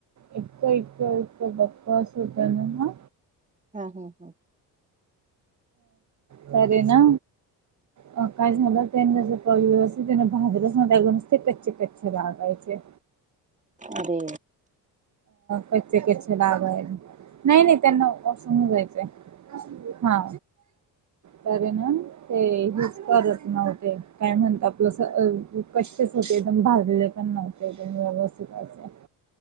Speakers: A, on the right (about 40°); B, on the right (about 15°).
A: इतक इतक इतक बकवास होतना. ह
B: हा हा हा
A: तर हे ना. अ काय झालं त्यां व्यवस्थित भाजलेच नव्हते नुसते कच्चे-कच्चे लागायचे
B: अरे
A: कच्चे-कच्चे लागायचे. नाही-नाही त्यांना वॉशरूमला जायचे. हा. तर हे ना ते हेच करत नव्हते काय मम्हणता आपलं हो एकम भाजलेले पण नव्हते एकदम व्यवस्थित असे.